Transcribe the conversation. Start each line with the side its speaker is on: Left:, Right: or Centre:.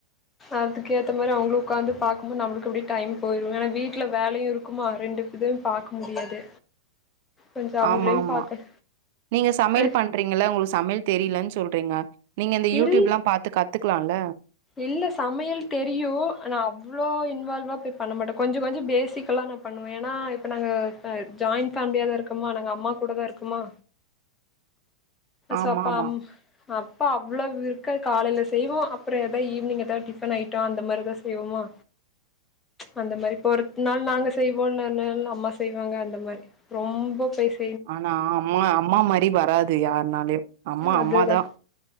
Left: அதுக்கு ஏத்த மாரி அவங்களும் உட்காந்து பாக்கும்போது நம்ம எப்படி டைம் போயா வீட்டுல வேலையும் இருக்குமா ரெண்டு எதுவும் பார்க்க முடியாது கொஞ்ச அவங்களையு
Right: ஆமா ஆமா
Left: பாக்க
Right: நீங்க சமையல்
Left: அ
Right: பண்றீங்க உங்களுக்கு சமையல் தெரியலன்னு சொ சொல்றீங்க நீங்க இந்த யூடியூப்
Left: இல்
Right: எல்லாம் பாத்து காத்து கத்துக்கலால
Left: இல்ல சமையல் தெரியும் நான் அவ்வளோ இன்வால்வா போய் பண்ண மாட்டேன் கொஞ்சோ கொஞ்சோ பேசிக்கல்லாம் நான் பண்ணுவேன் ஏன்னா இப்ப நாங்க ஜாயிண்ட் ஃபேமிலியாதான் இருக்குமா நாங்க அம்மா கூட தான் இருக்குமா
Right: ஆமா
Left: சோ அப்பா
Right: ஆமா
Left: அம் அப்ப அவ்வளவு இருக்க காலையில செய்வோம் அப்புறம் ஏ ஈவினிங் ஏ டிபன் ஐ அந்த மாதிரிதான் செய்வோமா அந்த மாதிரி இப்ப ஒருத்த நாள் நாங்க செய்வோம் இ நாள் அம்மா செய்வாங்க அந்த மாதிரி ரொம்ப பச
Right: ஆனா அம்மா அம்மா மாதிரி வராது யார்னாலயும் அம்மா
Left: அதுதா
Right: அம்மாதான்